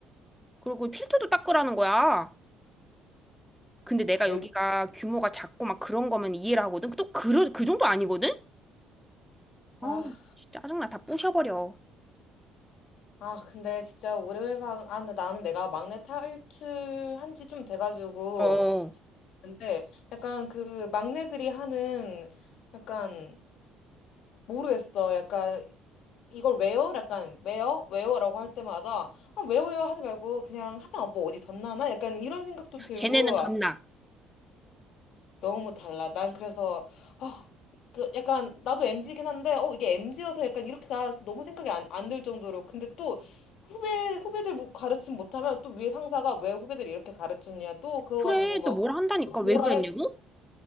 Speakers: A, in the centre; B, on the left.
A: 그리고 그 필터도 닦으라는 거야. 근데 내가
B: 왜?
A: 여기가 규모가 작고 막 그런 거면 이해를 하거든. 또 그, 그 정도 아니거든? 아,
B: 아,
A: 진짜 짜증나. 다 부셔버려.
B: 아, 근데 진짜 우리 회사, 아, 근데 나는 내가 막내 탈출한 지 좀 돼가지고.
A: 어,
B: 근데 약간 그 막내들이 하는 약간 모르겠어. 약간 이걸 왜요? 약간 왜요? 왜요?라고 할 때마다 아 왜요? 하지 말고 그냥 하면 뭐 어디 덧나나? 약간 이런 생각도 들고
A: 걔네는 덧나.
B: 너무 달라. 난 그래서 아, 그 약간 나도 MZ긴 한데 어 이게 MZ여서 약간 이렇게 가 너무 생각이 안, 안 들 정도로 근데 또 후배 후배들 뭐 가르침 못하면 또 위에 상사가 왜 후배들 이렇게 가르치냐 또 그거
A: 그래,
B: 가지고 막
A: 또 뭘 한다니까.
B: 또
A: 왜
B: 뭐라
A: 그랬냐고?
B: 해.